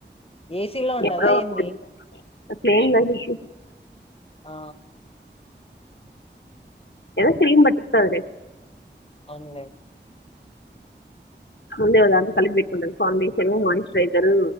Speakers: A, on the left; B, on the left.
A: ఏసీలో ఉంటదా
B: ఎప్పుడో
A: ఏంది
B: <unintelligible>
A: ఆ
B: ఏదో క్రీమ్ బట్టిత్తదిలె
A: అన్లే
B: ముందే ఒదాంలో కలిపి పెట్టుకుంటరు ఫౌండషను మాయిశ్చరైసరు.